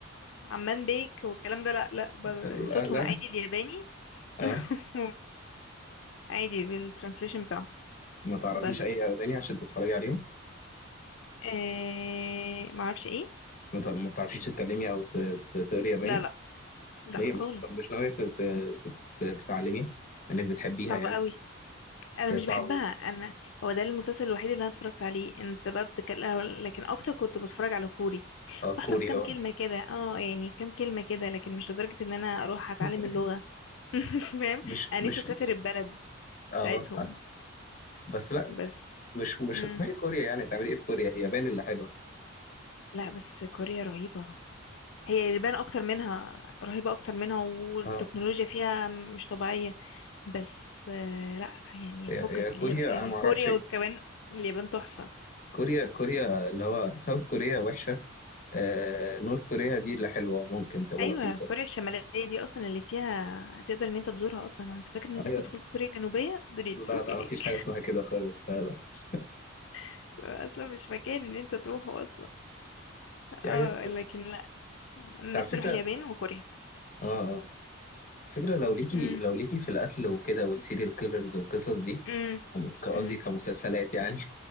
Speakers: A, on the left; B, on the left.
A: عمان بيك والكلام ده لا لا ب-
B: لا
A: صوتهم
B: لا
A: عادي الياباني
B: اه
A: <laughs> وعادي بالترانسليشن بتاعته
B: ما تعرفيش
A: بس
B: اي ياباني عشان تتفرجي عليهم
A: آه معرفش ايه
B: ما ت- ما تعرفيش تتكلمي او ت- ت- تقري ياباني
A: لا لا لا
B: ليه
A: خالص
B: مش طب مش ناويه تت- تت- تتعلمي انك بتحبيها
A: صعب
B: يعني
A: قوي انا
B: هي
A: مش
B: صعبه
A: بحبها
B: جدا
A: انا هو ده المسلسل الوحيد اللي انا اتفرجت عليه انت بقى بتتكلم لكن اكتر كنت بتفرج على كوري
B: اه
A: بحفظ
B: كوري
A: كام
B: هو
A: كلمة كده اه يعني كام كلمة كده لكن مش لدرجة ان انا اروح اتعلم
B: <laughs>
A: اللغة <laughs> فاهم
B: مش
A: انا
B: مش
A: نفسي اسافر
B: لك
A: البلد
B: اه
A: بتاعتهم
B: بس بس لا
A: بس
B: مش مش
A: مم.
B: هتروحي كوريا يعني هتعملي ايه في كوريا هي يابان اللي حلوه
A: لا بس كوريا رهيبة هي اليابان اكتر منها رهيبة اكتر منها والتكنولوجيا
B: اه
A: فيها مش طبيعية بس آه، لا يعني
B: هي
A: فكك
B: هي كوريا
A: الياب- الكوريا
B: انا ما اعرفش إيه.
A: وكمان اليابان تحفة
B: كوريا كوريا اللي هو ساوث كوريا وحشه آه نورث كوريا دي اللي حلوه ممكن تبقى
A: ايوه
B: لطيفه
A: كوريا الشماليه دي اصلا اللي فيها تقدر ان انت تزورها اصلا هو انت فاكر ان انت
B: أيوة.
A: تدخل كوريا الجنوبيه دول يقتلوك
B: لا لا
A: هناك
B: مفيش حاجة اسمها كده خالص لا لا <laughs>
A: <laughs> اصلا مش مكان ان انت تروحه اصلا
B: في
A: اه
B: حاجات
A: لكن لا انا
B: بس على
A: نفسي
B: فكرة
A: اروح اليابان وكوريا
B: اه اه فكرة لو ليكي
A: امم
B: لو ليكي في القتل وكده والسيريال كيلرز والقصص دي
A: امم
B: ك- قصدي
A: امم
B: كمسلسلات يعني